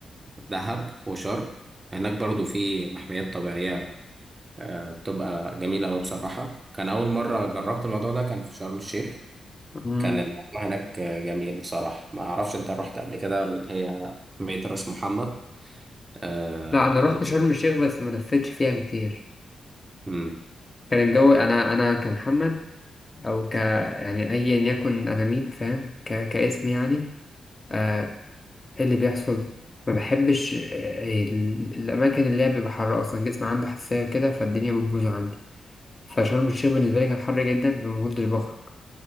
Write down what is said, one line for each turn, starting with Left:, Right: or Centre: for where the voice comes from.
Right: دهب وشرم هناك برضو في محميات طبيعية آه، بتبقى جميلة أوي بصراحة كان أول مرة جربت الموضوع ده كان في شرم الشيخ
Left: قوي
Right: كان الموضوع هناك جميل بصراحة ما أعرفش أنت رحت قبل كده اللي هي محمية راس محمد آه،
Left: لا انا رحت
Right: ال-
Left: شرم الشيخ بس ما لفتش فيها كتير
Right: م.
Left: كان الجو انا انا كمحمد او ك يعني ايا يكن انا مين فاهم ك... كاسم يعني آه إيه اللي بيحصل ما بحبش آه، ال- الاماكن اللي هي بيبقى حر اصلا جسمي عنده حساسيه كده فالدنيا بتبوظ عندي فشرم الشيخ بالنسبه لي كان حر جدا فما كنتش بخرج